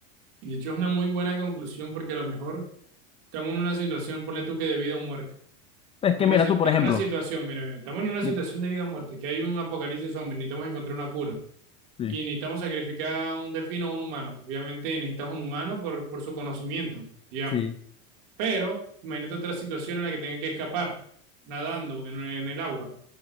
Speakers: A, on the right; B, on the left.
A: Y de hecho es una muy buena conclusión porque a lo mejor estamos en una situación, ponle tú que de vida o muerte.
B: Es
A: Una
B: que mira
A: si-
B: tú, por
A: en
B: ejemplo,
A: una situación, mira, mira, estamos en una situación
B: mi-
A: de vida o muerte, que hay un apocalipsis zombie, necesitamos encontrar una cura.
B: sí,
A: Y necesitamos sacrificar un delfín o un humano. Obviamente necesitas un humano por, por su conocimiento, digamos.
B: sí,
A: Pero imagínate otra situación en la que tenga que escapar nadando en en el agua.